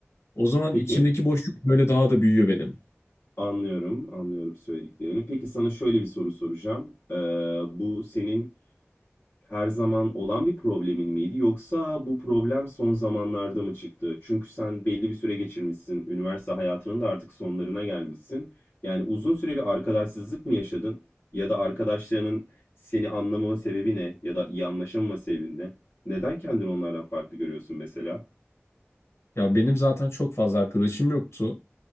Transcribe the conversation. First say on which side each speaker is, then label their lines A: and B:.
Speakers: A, on the left; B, on the left.
A: O zaman
B: Peki
A: içimdeki boşluk böyle daha da büyüyor benim.
B: anlıyorum, anlıyorum söylediklerini. Peki sana şöyle bir soru soracağım. E, bu senin her zaman olan bir problemin miydi yoksa bu problem son zamanlarda mı çıktı? Çünkü sen belli bir süre geçirmişsin, üniversite hayatının da artık sonlarına gelmişsin. Yani uzun süre bir arkadaşsızlık mı yaşadın ya da arkadaşlarının seni anlamama sebebi ne ya da iyi anlaşamama sebebi ne? Neden kendini onlardan farklı görüyorsun mesela?
A: Ya benim zaten çok fazla arkadaşım yoktu.